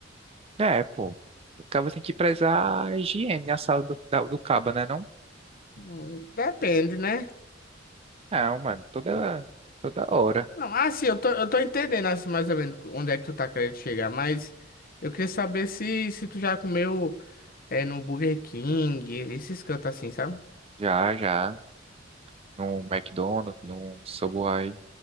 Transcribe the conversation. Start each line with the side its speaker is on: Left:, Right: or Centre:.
Right: É, pô. O cabo tem que prezar a higiene, a saúde do, da- do cabo, né? Não,
Left: Hum, Depende, né?
Right: não, mano, toda, toda hora.
Left: Não, assim, eu tô, eu tô entendendo assim, mais ou menos onde é que tu tá querendo chegar, mas eu queria saber se, se tu já comeu é, no Burger King, esses cantos assim, sabe?
Right: Já, já. No McDonald's, no Subway,